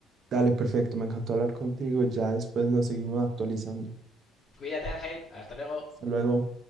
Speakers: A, on the right; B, on the left.
A: Dale, perfecto, me encantó hablar contigo. Ya después nos seguimos actualizando.
B: Cuídate, Ángel. Hasta luego.
A: Hasta luego.